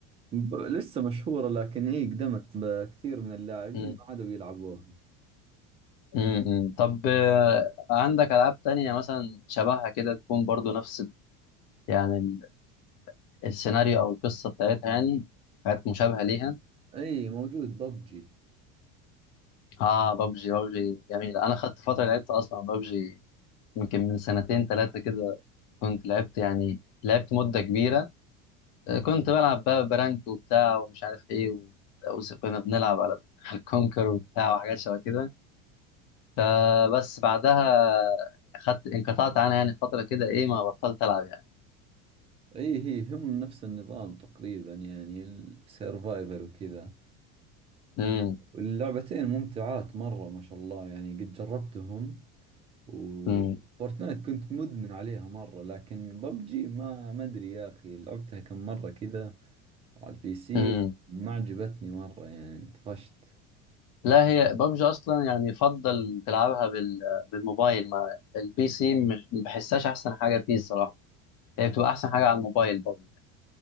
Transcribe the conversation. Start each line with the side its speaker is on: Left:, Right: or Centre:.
Right: ب... لسه مشهورة لكن اي قدمت بكثير من اللاعبين
Left: امم
Right: ما عادوا يلعبوها
Left: امم طب آه، عندك العاب تانية مثلا شبهها كده تكون برضو نفس ال- يعني ال- السيناريو او القصه بتاعتها يعني حاجات مشابهه ليها
Right: اي موجود ببجي
Left: اه بابجي بابجي جميل انا خدت فتره لعبت اصلا بابجي يمكن من سنتين ثلاثه كده كنت لعبت يعني لعبت مده كبيره آه، كنت بلعب بقى برانك وبتاع ومش عارف ايه و... وكنا بنلعب على <laughs> على الكونكر وبتاع وحاجات شبه كده فبس بعدها خدت انقطعت عنها يعني فترة كده ايه ما بطلت العب يعني
Right: اي هي هم نفس النظام تقريبا يعني السيرفايفر وكذا
Left: امم
Right: واللعبتين ممتعات مرة ما شاء الله يعني قد جربتهم وفورتنايت
Left: امم
Right: كنت مدمن عليها مرة لكن ببجي ما ما أدري يا أخي لعبتها كم مرة كذا على البي سي
Left: امم
Right: وما عجبتني مرة يعني طفشت
Left: لا هي ببجي اصلا يعني يفضل تلعبها بال... بالموبايل ما البي سي مش- ما بحسهاش احسن حاجة فيه الصراحة هي بتبقى احسن حاجة على الموبايل ببجي